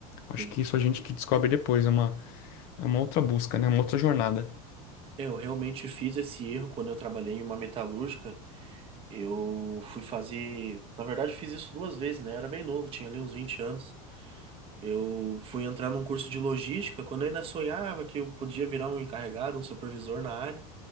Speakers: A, on the left; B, on the right.
A: Acho
B: Sim.
A: que isso a gente que descobre depois, é uma outra busca, né? Uma outra jornada.
B: Eu realmente fiz esse erro quando eu trabalhei em uma metalúrgica. Eu fui fazer. Na verdade, fiz isso duas vezes, né? Era bem novo, tinha ali uns 20 anos. Eu fui entrar num curso de logística quando eu ainda sonhava que eu podia virar um encarregado, um supervisor na área.